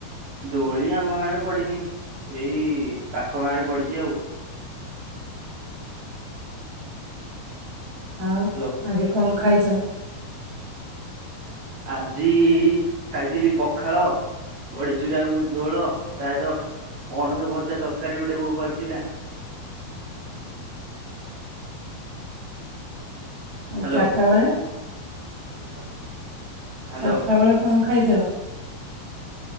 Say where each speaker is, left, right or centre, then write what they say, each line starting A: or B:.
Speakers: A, on the right (about 55°); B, on the right (about 25°).
A: ଦୋଳି ଆମ ଗାଁରେ ପଡିନି ଏଇ ପାଖ ଗାଁ ରେ ପଡିଛି ଆଉ।
B: ଆଉ
A: ହ୍ୟାଲୋ
B: ଆଜି କଣ ଖାଇଛ?
A: ଆଜି ଖାଇଥିଲି ପଖାଳ। ବଢିଚୁରାକୁ ଝୋଳ ତାସହିତ ପଣସ ଭଜା ତରକାରୀ ଗୋଟେ ବୋଉ କରିଥିଲା। <inaudible>
B: ଆଉ
A: ହ୍ୟାଲୋ
B: ଚାରିଟା ବେଳେ।
A: <inaudible> ହ୍ୟାଲୋ
B: ଚାରିଟା ବେଳେ କଣ ଖାଇଛ?